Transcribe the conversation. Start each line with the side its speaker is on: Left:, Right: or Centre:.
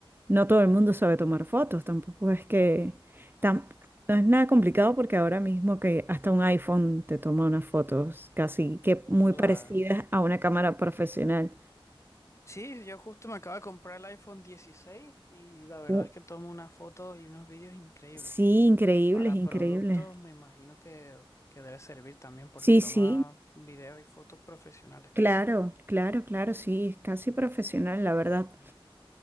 Right: no todo el mundo sabe tomar fotos, tampoco es que, tam- no es nada complicado porque ahora mismo que hasta un iPhone te toma unas fotos casi que muy
Left: Claro.
Right: parecidas a una cámara profesional.
Left: Sí, yo justo me acabo de comprar el iPhone dieciséis y la verdad
Right: Uh,
Left: es que tomo unas fotos y unos vídeos increíbles.
Right: sí, increíbles,
Left: Para
Right: increíbles.
Left: productos me imagino que, que debe servir también porque
Right: Sí,
Left: toma
Right: sí,
Left: videos y fotos profesionales casi.
Right: claro, claro, claro, sí, es casi profesional, la verdad.
Left: Mm.